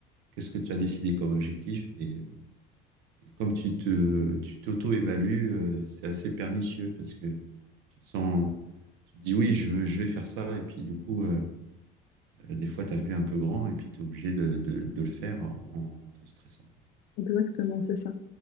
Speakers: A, on the right (about 75°); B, on the left (about 50°).
A: qu'est-ce que tu as décidé comme objectif? Et, euh, et comme tu te, tu t'auto-évalues, euh, c'est assez pernicieux parce que tu te sens, tu te dis, oui, je veux- je vais faire ça. Et puis du coup, euh, euh, des fois, tu as vu un peu grand et puis tu es obligé de, de- de le faire en, en te stressant, quoi.
B: exactement, c'est ça.